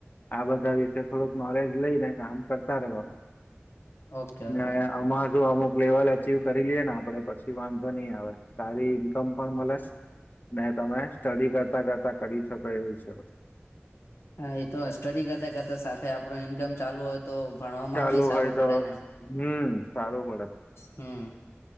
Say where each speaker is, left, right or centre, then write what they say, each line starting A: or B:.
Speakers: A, on the left (about 40°); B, on the left (about 80°).
A: આ બધા વિશે થોડુંક નોલેજ લઈ ને કામ કરતા રહેવાનું.
B: ઓકે ઓકે
A: ને આમાં શું અમુક લેવલ અચીવ કરી લેએ ને આપડે પછી વાંધ વાંધો નહી આવે સારી ઇન્કમ પણ મલે ને તમે સ્ટડી કરતા-કરતા કરી શકો. હ એવું છે.
B: હા એ તો સ્ટડી કરતા કરતા સાથે આપડો ઈન્કમ ચાલુ હોત તો ભણવામાં
A: ચાલુ
B: બી સારું
A: હોય
B: પડે
A: તો
B: ને
A: હમ સારું પડે
B: હમ